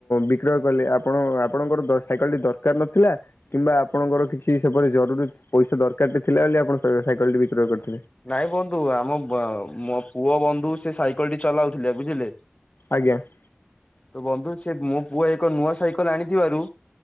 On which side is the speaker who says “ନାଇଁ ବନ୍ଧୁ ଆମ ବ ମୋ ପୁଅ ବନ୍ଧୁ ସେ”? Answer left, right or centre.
Left